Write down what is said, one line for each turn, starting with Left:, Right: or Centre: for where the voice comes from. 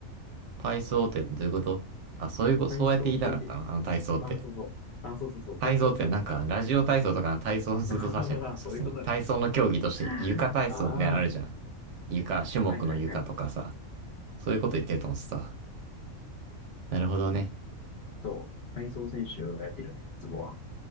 Right: 体操ってどういうことあ、そういうこ、
Left: 体操競技。
Right: そうやって言いたかったのあの体操って。
Left: あ、そうそう。あ、そうそうそう。体操競技のしょ
Right: 体操ってなんか、ラジオ体操とかの体操をずっと指してると思ってた。
Left: <laughs> あははは <laughs> そういうことね。
Right: その体操の競技として、
Left: <laughs>
Right: 床体操みたいなのあるじゃん。
Left: ああ、
Right: 床、種目の床とかさ。
Left: はいはいはい。
Right: そういうこと言ってると思ってた。なるほどね。
Left: そう。体操選手がやってるよね、鉄棒は。